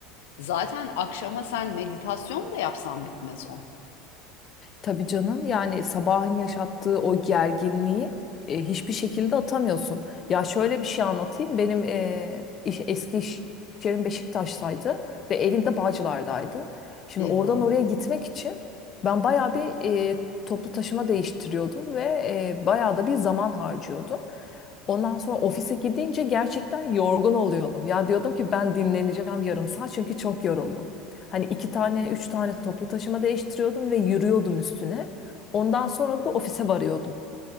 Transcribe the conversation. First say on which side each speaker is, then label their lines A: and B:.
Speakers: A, on the left (about 80°); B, on the left (about 35°).
A: zaten akşama sen meditasyon da yapsan bitmez o.
B: Tabii canım yani sabahın yaşattığı o gerginliği e, hiçbir şekilde atamıyorsun. Ya şöyle bir şey anlatayım. Benim e, iş- eski iş yerim Beşiktaş'taydı ve evim de Bağcılar'daydı. Şimdi
A: Eyvah.
B: oradan oraya gitmek için ben bayağı bir e, toplu taşıma değiştiriyordum ve e, bayağı da bir zaman harcıyordum. Ondan sonra ofise gidince gerçekten yorgun oluyordum. Ya diyordum ki ben dinleneceğim yarım saat çünkü çok yoruldum. Hani iki tane, üç tane toplu taşıma değiştiriyordum ve yürüyordum üstüne. Ondan sonra da ofise varıyordum.